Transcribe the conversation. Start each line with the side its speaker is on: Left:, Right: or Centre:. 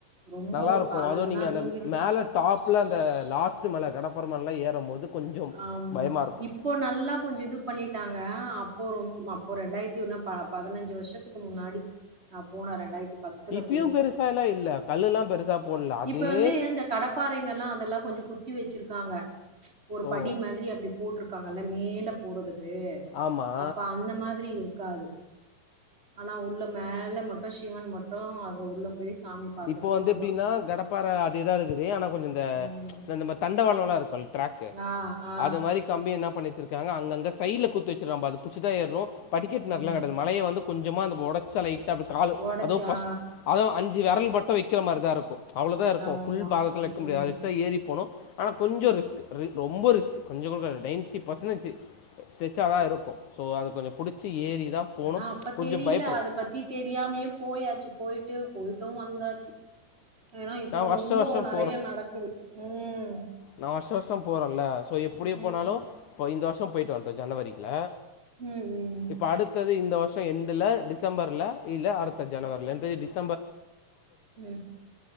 Right: ரொம்ப
Left: நல்லாருக்கு
Right: காலெல்லாம்
Left: அது நீங்க அந்த
Right: வீங்கிடுச்சு.
Left: மேல டாப்ல அந்த லாஸ்ட்டு மேல கடப்பற மேலலா ஏறும் போது கொஞ்சம்
Right: ஆமா
Left: பயமா இருக்கு
Right: இப்போ நல்லா கொஞ்ச இது பண்ணிட்டாங்க அப் இப்போ ரொ அப்போ ரெண்டாயிரத்தி ஒன்ன ப பதினஞ்சு வருஷத்துக்கு முன்னாடி நா போனே ரெண்டாயிரத்தி பத்துல
Left: இப்பயும்
Right: போயிருப்பே
Left: பெருசாலாம் இல்ல கல்லுலாம் பெருசா போடல அதே
Right: இப்ப வந்து இந்த கடப்பாறைங்கல்லா அதெல்லா கொஞ்ச குத்தி வச்சிருக்காங்க ஒரு படி
Left: ஓ
Right: மாதிரி அப்படி போட்டிருக்காங்கல்ல மேல போறதுக் கு
Left: ஆமா
Right: அப்ப அந்த மாதிரி இருக்காது ஆனா உள்ள மேல மட்டு சிவன் மட்டு அது உள்ள போய் சாமி பாத்துட்டு
Left: இப்போ வந்து
Right: வந்தோம்.
Left: எப்படின்னா கடப்பாறை அதுேதா இருக்குது ஆனா கொஞ்ச இந்த
Right: ம்.
Left: நம்ம தண்டவாளல்லா இரு ட்ராகக்கு
Right: ஆ, ஆ.
Left: அது மாரி கம்பி என்னா பண்ணிச்சிருக்கு ங்க அங்கங்க சைட்ல குத்து வச்சுறாம்பா அத புச்சுதா படிக்கட்டுலா
Right: ம்.
Left: கெடையது மலய வந்து கொஞ்சமா அந்த ஒடச்ச லைட்டா அப்டி காலு
Right: ஒடச்சு
Left: அதவு பஸ்ட்
Right: ஆ.
Left: அத அஞ்சு வெரல் பட்ட வைக்கிற மாரி தா இருக்கு அவ்ளோதா இருக்கு
Right: ஆமா.
Left: ஃபுல் பாதத்தில வைக்க
Right: ம்.
Left: முடியாது வச்சுதா ஏறி போனு ஆனா கொஞ்ச ரிஸ்க் ரி ரொம்ப ரிஸ்க் கொஞ்ச கொ நைன்டி பர்சேஞ்சு ஸ்டெச்சாக தா இருக்கு ஸோ அது கொஞ்ச பிடிச்சி ஏறி தான் போகணும்
Right: அதா அப்ப
Left: கொஞ்சம்
Right: தெரியல
Left: பயப்படுவோம்
Right: அத பத்தி தெரியாமயே போயாச்சு போயிட்டு போயிட்டு வந்தாச்சு ஏன்னா இப்போ
Left: நான் வருஷம்
Right: ரொம்ப
Left: வருஷம்
Right: நெறைய நடக்குது ம்
Left: நா வருஷ வருஷ போறேன்ல சோ எப்படியே
Right: ம்.
Left: போனாலு இப்ப இந்த வருஷ போயிட்டு வந்தே ஜனவரில
Right: ம், ம்,
Left: இப்ப அடுத்தது இந் த வருஷ எண்டுல டிசம்பர்ல இல்ல அடுத்த ஜனவரில இந்த டிச
Right: ம்